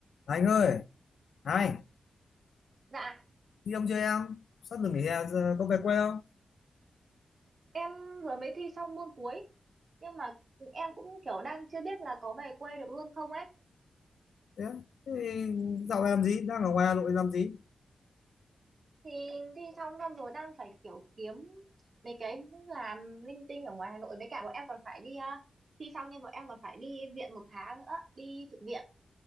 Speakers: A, on the left (about 85°); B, on the right (about 45°).
A: Anh ơi, hai,
B: Dạ,
A: đi ông chơi em, sắp được nghỉ hè giờ có về quê không?
B: em vừa mới thi xong môn cuối. Nhưng mà em cũng kiểu đang chưa biết là có về quê được luôn không ấy.
A: Thế, thế thì dạo này làm gì, đang ở ngoài Hà Nội làm gì?
B: Thì thi xong xong rồi đang phải kiểu kiếm mấy cái làm linh tinh ở ngoài Hà Nội. Với cả bọn em còn phải đi, ờ, thi xong nhưng bọn em còn phải đi viện một tháng nữa, đi trực viện.